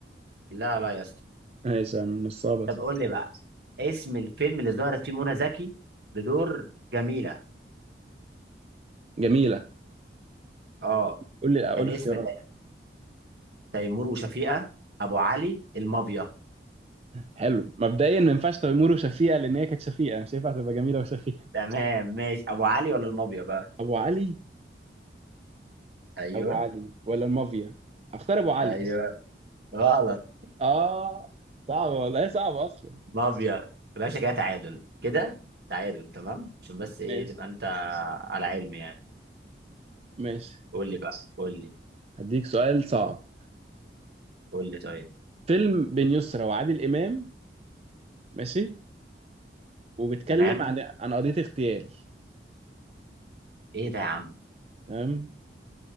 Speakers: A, on the right; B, on the right.
A: لا لا يا اسطى
B: ماشي يا عم نصها بس
A: طب قول لي بقى اسم الفيلم اللي ظهرت فيه منى زكي بدور جميلة
B: جميلة
A: اه
B: قول لي قول
A: كان
B: لي
A: اسم
B: اختيارات
A: ت- تيمور وشفيقة ابو علي المافيا
B: حلو مبدئيا ما ينفعش تيمور وشفيقة لان هي كانت شفيقة مش هينفع تبقى جميلة وشفيقة
A: تمام ماشي ابو علي ولا المافيا بقى
B: ابو علي
A: ايوه
B: ابو علي ولا المافيا اختار ابو علي
A: ايوه غلط
B: اه صعب والله هي صعبة اصلا
A: مافيا يا باشا كده تعادل كده تعادل تمام عشان بس ايه
B: ماشي
A: تبقى انت على علم يعني
B: ماشي
A: قول لي بقى قول لي
B: هديك سؤال صعب
A: قول لي طيب
B: فيلم بين يسرا وعادل امام ماشي وبيتكلم
A: تمام
B: عن عن قضية اغتيال
A: ايه ده يا عم
B: تمام